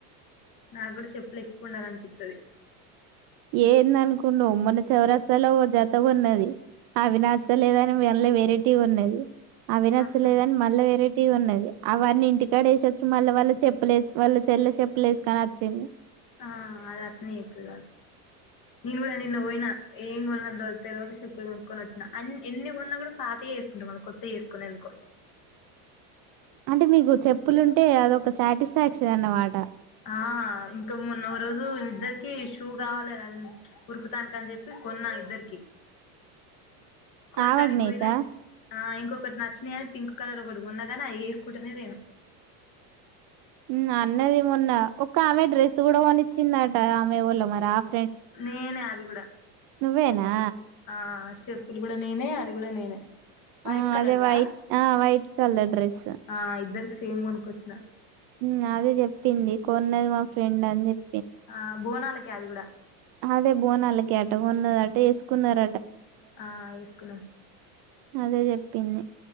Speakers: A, on the left; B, on the right.
A: నాకుడ చెప్పులు ఎక్కువ ఉండాల అనిపిత్తది
B: ఎందన్ కు మొన్న చౌరా చాల ఓ జత కొన్నది అవి నచ్చలేదని మళ్ళ వేరేటి కొన్నది అవి నచ్చలేద
A: ఆహా
B: అని మళ్ళ వేరే తీ ఉన్నది అవ్వన్నీ ఇంటికాడ వేసొచ్చు మళ్ళ వాళ్ళ చెప్పులే వాళ్ళ చెల్ల చెప్పులేసుకొని వచ్చింది
A: ఆ అది అట్లనే చేత్తది కాదు నేను కూడా నిన్న పోయిన ఏం కొన్నా తేల్వక చెప్పులు కొనుక్కొని వచ్చిన అన్ ఎన్ని కొన్నా కూడా పాతయే చేసుకుంటా మళ్ళ కొత్తయి వేసుకొను ఎందుకో
B: అంటే మీకు చెప్పులుంటే అదొక సాటిస్ఫాక్షన్ అన్నమాట
A: ఆ ఇంకా మొన్న ఒక రోజు ఇద్దరికి షూ కావాలి ఉరుకుతానీకి అని చెప్పి కొన్నా ఇద్దరికి కొంట
B: ఆమెకు
A: ఆడికి
B: నీకా
A: పోయిన ఆ ఇంకొకటి నచ్చినయని పింక్ కలర్ ఒకటి కొన్నా కాని అవి వేసుకుంటనే లేను
B: హ్మ్ అన్నది మొన్న ఒక ఆమె డ్రెస్ కూడా కొనిచ్చిందట ఆమె ఎవలో మరి ఆప్
A: నేనే అది కూడా
B: నువ్వేనా
A: ఆ స్ చెప్పులు కూడా నేనే అది కూడా నేనే వైట్
B: ఆ
A: కలర్దా
B: అదే వైట్ ఆ వైట్ కలర్ డ్రెస్
A: ఆ ఇద్దరికి సేమ్ కొనుకొచ్చిన
B: మ్మ్ అదే చెప్పింది కొన్నది మా ఫ్రెండ్ అని చెప్పి
A: ఆ బోనాలకి కే అది కూడా
B: అదే బోనాలకి అటు కొన్నది అటేసుకున్నార
A: ఆ ఏసుకున్నాం
B: అదే చెప్పింది